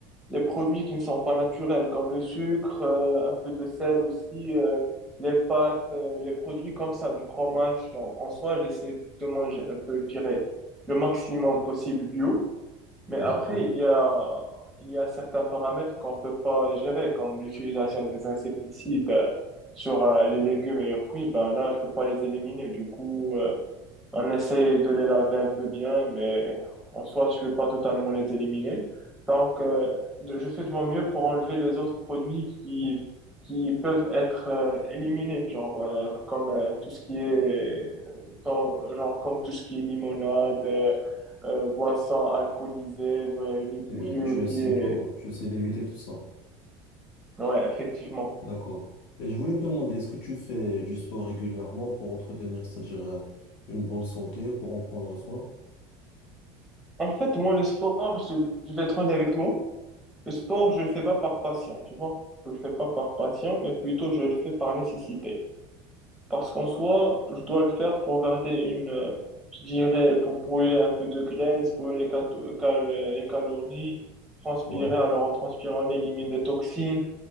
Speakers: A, in the centre; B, on the left.
A: les produits qui ne sont pas naturels, comme le sucre, euh, un peu de sel aussi, euh, les pâtes, euh, les produits comme ça, du fromage. Genre, en soi, j'essaie juste de manger un peu, je dirais, le maximum possible bio. Mais
B: D'accord.
A: après, il y a, il y a certains paramètres qu'on ne peut pas gérer, comme l'utilisation des insecticides euh, sur euh, les légumes et les fruits. Ben là, je ne peux pas les éliminer. Du coup, euh, on essaie de les laver un peu bien, mais en soi, tu peux pas totalement les éliminer. Donc, euh, de- je fais de mon mieux pour enlever les autres produits qui, qui peuvent être euh, éliminés, genre euh, comme euh, tout ce qui est tant- genre comme tout ce qui est limonade, euh, euh, boisson alcoolisée, ouais, jus,
B: Ouais,
A: jus
B: tu essaies
A: qui est
B: tout, tu essaies d'éviter tout ça.
A: ouais, effectivement.
B: D'accord. Et je voulais te demander, est-ce que tu fais du sport régulièrement pour entretenir, c'est-à-dire euh, une bonne santé, pour en prendre soin?
A: En fait, moi, le sport, je, je vais être honnête avec toi. Le sport, je le fais pas par passion, tu vois. Je le fais pas par passion, mais plutôt je le fais par nécessité. Parce qu'en soi, je dois le faire pour garder une, euh, je dirais, pour brûler un peu de graisse, brûler les, cato- cal- les calories, transpirer.
B: Ouais.
A: Alors en transpirant, on élimine des toxines.